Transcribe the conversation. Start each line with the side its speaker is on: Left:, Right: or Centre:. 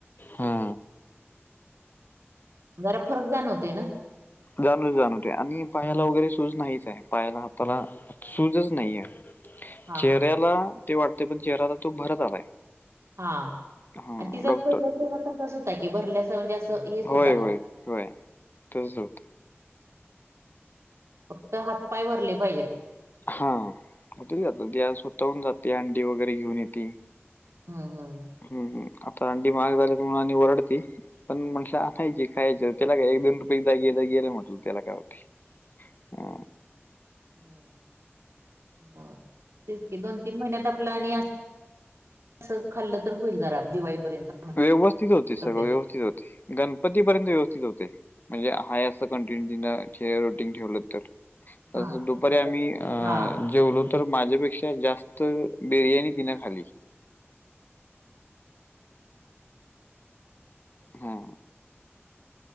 Left: हा
Right: जरा फरक जाणवते ना.
Left: जाणव जाणवते आणि पायाला वगैरे सुज नाहीच आहे पायाला हाताला सूजच नाहीये,
Right: हा
Left: चेहऱ्याला
Right: हा
Left: ते वाटत पण चेहऱ्याला तो भरत आलाय.
Right: हां
Left: हा
Right: आणि तिचा
Left: डॉक्टर
Right: पहिला तर आता कसं होता की भरल्याच म्हणजे असं हेच
Left: होय
Right: होता
Left: होय, होय तस होतं.
Right: फक्त हात, पाय भरले पाहिजेत.
Left: हां कुठंही जात, स्वतःहून जाते अंडी वगैरे घेऊन येते.
Right: हा हा.
Left: हम् हम्म आता अंडी महाग झालीत म्हणून आणि वरडती पण म्हटलं आणायची खायची. त्याला काय एक-दोन रुपये एकदागील गील म्हटलं त्याला काय होतंय.
Right: हम्म. ह तेच की दोन-तीन महिन्यात आपलं आणि असं खाल्लं तर होईल जरा दिवाळीपर्यंत.
Left: व्यवस्थित होतय सगळं
Right: तब्येत
Left: व्यवस्थित होतंय, गणपतीपर्यंत व्यवस्थित होतंय, म्हणजे हयास कंटिन्यू तिनं ते रुटीन ठेवल तर
Right: हा ठेवलं
Left: दुपारी आम्ही
Right: तर हा
Left: जेवलो- तर माझ्यापेक्षा जास्त बिर्याणी तिनं खाली. हा.